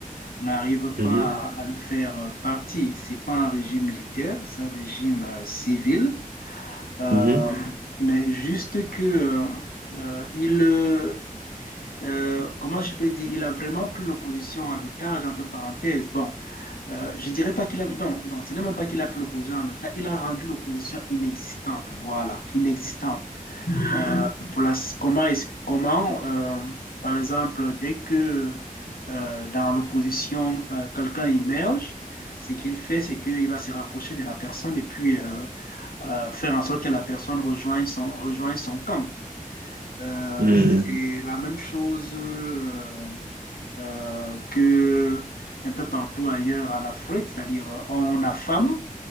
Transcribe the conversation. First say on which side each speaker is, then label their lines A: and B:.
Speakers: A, on the left; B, on the right.
A: n'arrive
B: Mhm.
A: pas à, à le faire euh, partie. C'est pas un régime militaire, c'est un régime euh, civil, Euh,
B: Mhm.
A: mais juste que euh, euh, il euh, euh, comment je peux dire, il a vraiment pris l'opposition en otage, entre parenthèses. Bon, euh, je dirais pas qu'il a, non, non, ce n'est même pas qu'il a pris l'opposition en otage, il a rendu l'opposition inexistante, voilà, inexistante. Euh, pour la, comment est-ce, comment, euh, par exemple, dès que euh, dans l'opposition, euh, quelqu'un émerge, ce qu'il fait, c'est qu'il va se rapprocher de la personne et puis euh, euh, faire en sorte que la personne rejoigne son, rejoigne son camp. Euh,
B: Mhm.
A: c'est la même chose. euh, euh, que un peu partout ailleurs en Afrique, c'est-à-dire euh, on affame